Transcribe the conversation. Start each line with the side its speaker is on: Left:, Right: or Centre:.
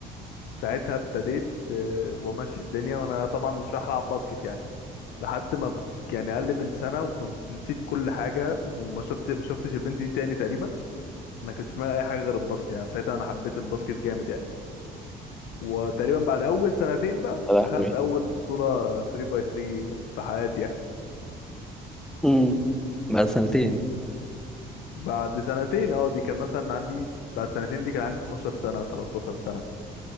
Left: ساعتها ابتديت آه، وامشي الدنيا وانا طبعا مش رايح العب باسكت يعني لحد ما بج... يعني اقل من سنه وكنت نسيت كل حاجه وما شفت ما شفتش البنت دي تاني تقريبا انا كنت في دماغي اي حاجه غير الباسكت يعني ساعتها انا حبيت الباسكت جامد يعني وتقريبا بعد اول سنتين بقى
Centre: يا لهوي
Left: دخلت اول بطوله 3 باي 3 في حياتي يعني
Centre: امم بعد سنتين
Left: بعد سنتين اه دي كان مثلا عندي بعد سنتين دي كان عندي 12 سنة 13 سنة